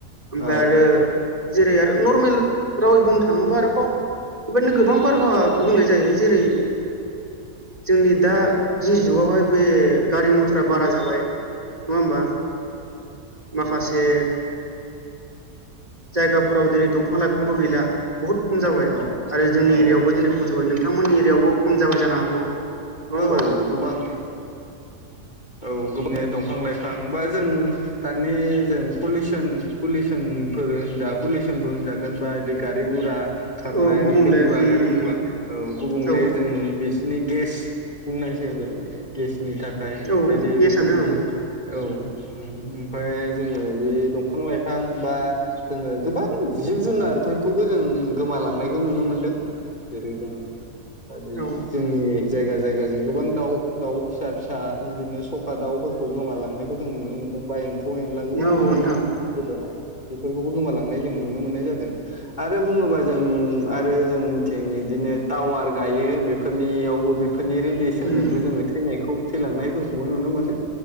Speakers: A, on the right; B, on the left.
A: ओमफाय
B: औ
A: आरो जेरै आरो नर्मेल रावै बुंनो थाङोबा आरोबाव बेबादिनो गोबां बारहावा गुबुंले जायो जेरै जोंनि दा
B: औ औ
A: जि जुगावहाय बे गारि मथरा बारा जाबाय नङा होमबा माखासे जायगाफोराव दिनै दंफां लाइफांबो गैला बहुद खम जाबाय।
B: औ
A: आरो जोंनि
B: औ
A: एरियावबो
B: औ
A: दिनै खम जाबाय नोंथांमोननि एरियावबो खम जाबाय जानो हागौ। नङा होमबा
B: औ गोबां औ गोबानि दंफां लाइफां बा जों दानि जों पलिउसन पलिउसन ओ फोर होनजा पलिउसनबो होनजागोन बा इदि गारि गुरा खारनाय
A: औ गुबुंले
B: बेफोरनि बागै
A: उम उम
B: बुंब्ला औ गुबुंले
A: औ
B: जों नि गेस बुंनांसै होनदों गेसनि थाखाय बायदि
A: औ गेसआनो
B: रोखोमनि
A: ओं
B: औ। ओम ओमफाय जोङो बे दंफां लाइफां बा जोङो गोबां जिब जुनार फोरखौबो जों गोमा लांनाय खौ नुनो मोनदों जेरै जों ओ बे
A: औ
B: जोंनि जायगा जायगाजों गोबां दाउ दाउ फिसा फिसा बिदिनो स'खा दाउ खौ गोमालांनायखौ जों नुनो मोनदों बा एम्फौ एनला गोबां
A: नोंथां
B: नुनो मोनोमोन गोदोहाय बेफोर खौबो गोमालांनाय जों नुनो मोननाय जादों आरो बुङोबा जों आरो जों थिं बिदिनो टावार गायो बेफोरनियावबो बेफोरनि रेडियेसनजोंबो
A: उम
B: जोङो थैनायखौ थैलांनाय फोरखौबो नुनो मोनो